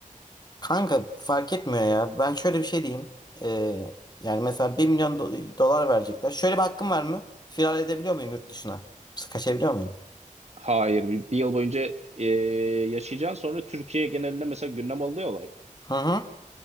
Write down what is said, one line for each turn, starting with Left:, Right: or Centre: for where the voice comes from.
Left: Kanka fark etmiyor ya. Ben şöyle bir şey diyeyim. Ee, yani mesela bir milyon do- dolar verecekler. Şöyle bir hakkım var mı? Firar edebiliyor muyum yurt dışına? Kaçabiliyor muyum?
Right: Hayır. Bir, bir yıl boyunca ee, yaşayacaksın. Sonra Türkiye genelinde mesela gündem oluyor olay.
Left: Hı hı.